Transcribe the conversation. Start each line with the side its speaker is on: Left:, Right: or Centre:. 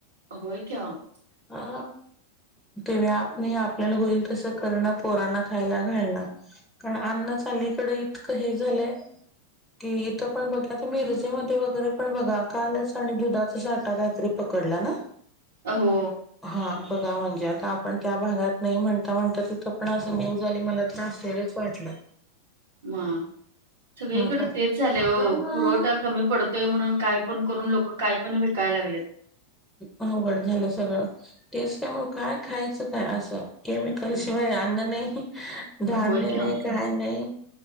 Right: होय की अहो.
Centre: हा. ते बाई... आप नई... आपल्याला होईल तसं करणं... पोरांना खायला घालणं. कारण अन्नच अलीकडं इतकं हे झालंय... की इथं पण बघा आता मिर त्या मधे वगैरे पण बघा... कालच आणि दुधाचा साटा काहीतरी पकडला ना?
Right: अ... हो.
Centre: हा बघा म्हणजे... आता आपण त्या भागात नाही... म्हणता म्हणता तिथं पण असं न्युज आली... मला तर आश्चर्य वाटलं.
Right: मा. सगळीकडे
Centre: म आता
Right: तेच झालंय
Centre: हा
Right: वो... पुरवठा कमी पडतोय म्हणून... काय पण करून... लोक काय पण विकायला लागलेत.
Centre: अवघड झालं सगळं... टेस्ट आहे म्हणून काय खायचं काय असं केमिकल
Right: हं.
Centre: शिवाय अन्न नाई... हं... धान्य
Right: होय की
Centre: नाई
Right: अहो
Centre: काय नाई.